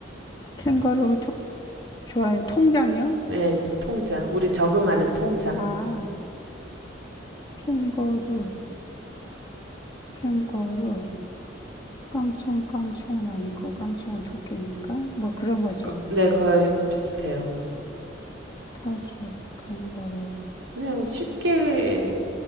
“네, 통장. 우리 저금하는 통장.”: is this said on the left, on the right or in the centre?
Right